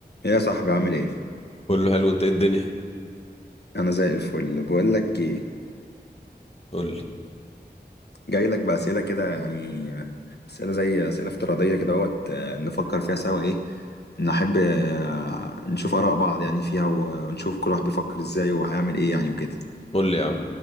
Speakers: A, on the left (about 80°); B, on the left (about 35°).
A: يا صاحبي عامل ايه؟
B: كله حلو انت ايه الدنيا
A: انا زي الفل بقول لك ايه
B: قول لي
A: جاي لك باسئله كده يعني اسئله زي اسئله افتراضيه كده اهوت آه، نفكر فيها سوا ايه نحب آه، نشوف اراء بعض يعني فيها و- ونشوف كل واحد بيفكر ازاي وهيعمل ايه يعني وكده
B: قول لي يا عم